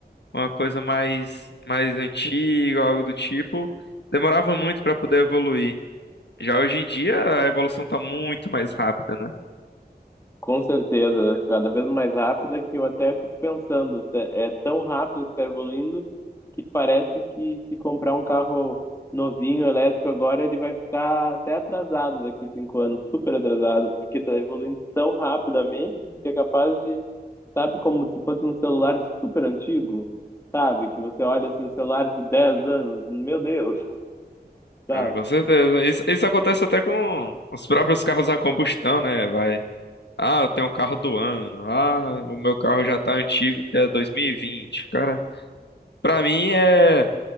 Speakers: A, on the left; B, on the left.
A: uma coisa mais, mais antiga, algo do tipo, demorava muito para poder evoluir. Já hoje em dia a evolução tá muito mais rápida, né?
B: Com certeza, cada vez mais rápida que eu até fico pensando, é é tão rápido que está evoluindo que parece que se comprar um carro novinho, elétrico agora, ele vai ficar até atrasado daqui cinco anos, super atrasado, porque está evoluindo tão rapidamente que é capaz de, sabe, como se fosse um celular super antigo, sabe? Que você olha assim, um celular de 10 anos, meu Deus, sabe?
A: Ah, com certeza. Isso, isso acontece até com os próprios carros a combustão, né? Vai. Ah, eu tenho um carro do ano. Ah, o meu carro já tá antigo, que é 2020. Cara, pra mim é.